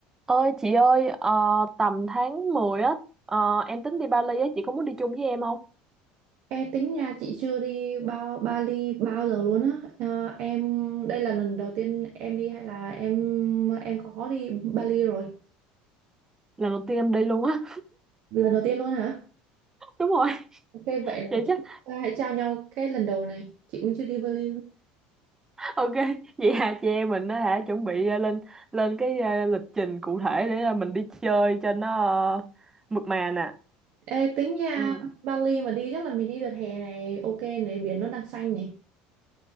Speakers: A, on the right; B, on the right.
A: Ơi chị ơi, ờ, tầm tháng 10 á, ờ, em tính đi Bali á, chị có muốn đi chung với em không?
B: E tính nha chị chưa đi bao Bali bao giờ luôn á Ờ, em đây là lần đầu tiên em đi hay là em em có đi Bali rồi
A: Lần đầu tiên em đi luôn á.
B: lần đầu tiên luôn hả
A: <laughs> Đúng rồi,
B: Ok vậy là
A: vậy
B: chúng
A: chắc
B: ta hãy trao nhau cái lần đầu này chị cũng chưa đi Bali luôn
A: ok. Vậy hà chị em mình á hả, chuẩn bị ờ, lên lên cái ờ, lịch trình cụ thể để ờ, mình đi chơi cho nó ờ, mượt mà nè.
B: Ê, tính nha
A: Ừ.
B: Bali mà đi chắc là mình đi đợt hè này ok này biển nó đang xanh này